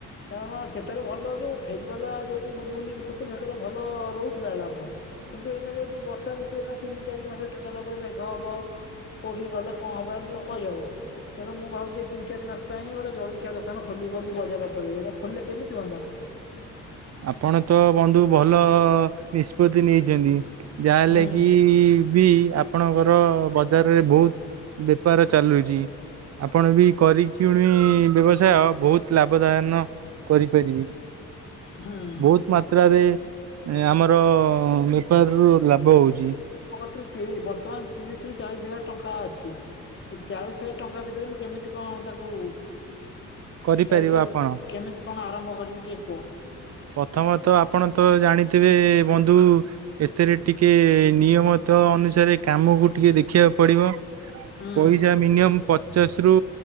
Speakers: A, on the left; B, on the right.
A: କାରଣ ସେଥିରେ ଭଲ ଯୋଉ ଫେରିବାଲା ଯୋଉ ମୁ ବୁଲି ବୁଲି ବିକୁଥି ସେଥିରେ ଭଲ ରହୁଥିଲା ଲାଭ। କିନ୍ତୁ ଏଇନା ଯୋଉଟୁ ବର୍ଷା ଋତୁ ଏଇନା ତିନି ଚାରି ମାସେ ଟୋଟାଲେ ଉପରେ ମେଘ ହବ। ପଡ଼ି ଗଲେ କଣ ହବ ଏମିତି କ କହିହବ। ତେଣୁ ମୁଁ ଭାବୁଛି ଏ ତିନି ଚାରି ମାସ୍ ପାଇଁ ଗୋଟେ ଜଳଖିଆ ଦୋକାନ ଖୋଲିବି ବୋଲି ବଜାର ଉପରେ ଏଟା ଖୋଲଲେ କେମିତି ହୁଅନ୍ତା?
B: ଆପଣ ତ ବନ୍ଧୁ ଭଲ ନିଷ୍ପତ୍ତି ନେଇଚନ୍ତି ଯାହା ହେଲେ
A: ହୁଁ
B: କି ବି ଆପଣଙ୍କର ବଜାରରେ ବହୁତ୍ ବେପାର ଚାଲୁଚି। ଆପଣ ବି କରିିକ୍ୟୁଣି ବ୍ୟବସାୟ ବହୁତ ଲାଭଦାୟନ କରିପାରିବେ।
A: ହଁ।
B: ବୋହୁତ୍ ମାତ୍ରାରେ ଏଁ ଆମର ବେପାରରୁ ଲାଭ ହଉଚି।
A: ତ ଚିରି ବର୍ତ୍ତମାନ୍ ତିରିଶ୍ ରୁ ଚାଳିଶ୍ ହଜାର ଟଙ୍କା ଅଛି। ଏ ଚାଳିଶି ହଜାର ଟଙ୍କା ଭିତରେ ମୁଁ କେମିତି କଣ ତାକୁ
B: କରିପାରିବ
A: ଚାଲିସତ୍
B: ଆପଣ।
A: କେମିତି କଣ ଆରମ୍ଭ କରିବି ଟିକେ କୁହ?
B: ପ୍ରଥମତଃ ଆପଣ ତ ଜାଣିଥିବେ ବନ୍ଧୁ ଏଥିରେ ଟିକେ ନିୟମିତ ଅନୁସାରେ କାମକୁ ଟିକେ ଦେଖିବାକୁ ପଡ଼ିବ।
A: ହୁଁ
B: ପଇସା ମିନିମମ୍ ପଚାଶ୍ ରୁ